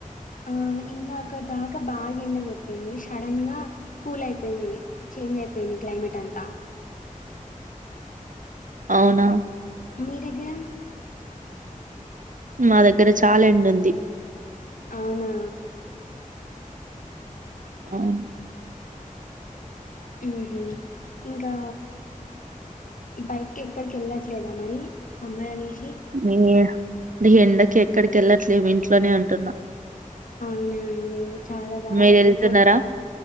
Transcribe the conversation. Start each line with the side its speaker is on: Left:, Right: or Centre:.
Left: ఆ ఇందకట దాకా బాగా ఎండ కొట్టింది సడన్ గా కూల్ అయిపోయింది చేంజ్ అయిపోయింది క్లైమేట్ అంతా
Right: అవునా
Left: మీ దగ్గర
Right: మా దగ్గర చాలా ఎండ ఉంది
Left: అవునా
Right: అవును
Left: ఉహు ఇంకా బయటికి ఎక్కడికి వెళ్ళట్లేదా మరి సమ్మర్ అనేసి
Right: <unintelligible> డీ ఎండకి ఎక్కడికి వెళ్ళట్లేము ఇంట్లోనే ఉంటున్నా
Left: అవునా అండి చాలా బాగా
Right: మీరు
Left: అసలు
Right: వెళ్తున్నారా
Left: కు